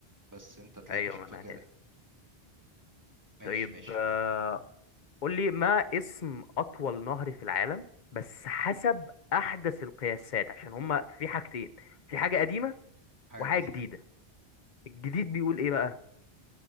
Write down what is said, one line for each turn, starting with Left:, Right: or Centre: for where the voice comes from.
Right: بس أنت تلاقيك
Left: ايوه
Right: عشان
Left: ما
Right: فاكرها
Left: انا عارف
Right: ماشي
Left: طيب
Right: ماشي
Left: آه قول لي ما اسم أطول نهر في العالم بس حسب أحدث القياسات عشان هما في حاجتين في حاجة قديمة
Right: حاجة
Left: وحاجة
Right: جديدة
Left: جديدة الجديد بيقول إيه بقى